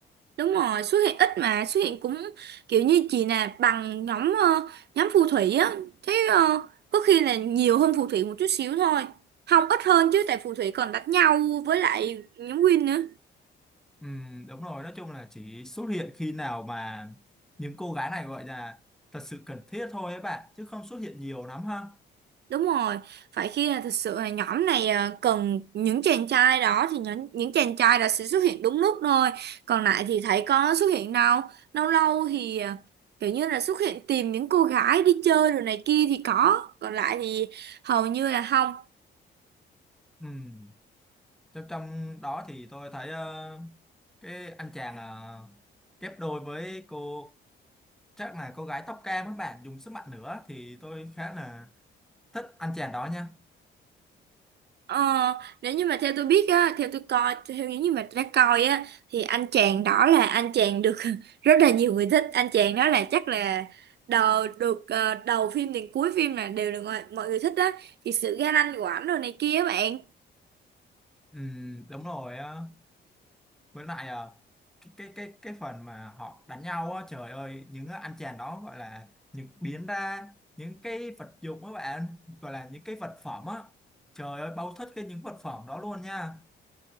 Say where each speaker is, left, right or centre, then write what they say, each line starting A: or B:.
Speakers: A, on the right; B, in the centre.
A: đúng rồi xuất hiện ít mà xuất hiện cũng kiểu như chỉ là bằng nhóm ờ, nhóm phù thủy á thế ờ, có khi là nhiều hơn phù thủy một chút xíu thôi không ít hơn chứ tại phù thủy còn đánh nhau với lại nhóm Win nữa
B: Ừm, đúng rồi nói chung là chỉ xuất hiện khi nào mà những cô gái này gọi là thật sự cần thiết thôi ấy bạn chứ không xuất hiện nhiều lắm ha
A: Đúng rồi, phải khi là thực sự là nhóm này à, cần những chàng trai đó thì những, những chàng trai đó sẽ xuất hiện đúng lúc thôi. Còn lại thì thấy có xuất hiện đâu. Lâu lâu thì à, kiểu như là xuất hiện tìm những cô gái đi chơi rồi này kia thì có. Còn lại thì hầu như là không.
B: Ừm, trong trong đó thì tôi thấy ờ, cái anh chàng ờ, ghép đôi với cô chắc là cô gái tóc cam các bạn dùng sức mạnh nữa thì tôi khá là thích anh chàng đó nha
A: Ờ, nếu như mà theo tôi biết á, theo tôi coi, theo những gì mà tôi đã coi á, thì anh chàng đó là anh chàng được <laughs> rất là nhiều người thích. Anh chàng đó là chắc là đầu được ờ, đầu phim đến cuối phim là đều được mọi, mọi người thích á. Thì sự ga lăng của ảnh rồi này kia á bạn.
B: Ừ, đúng rồi á với lại à, cái cái cái cái phần mà họ đánh nhau á trời ơi những cái anh chàng đó gọi là những biến ra những cái vật dụng các bạn gọi là những cái vật phẩm á trời ơi bao thích cái những vật phẩm đó luôn nha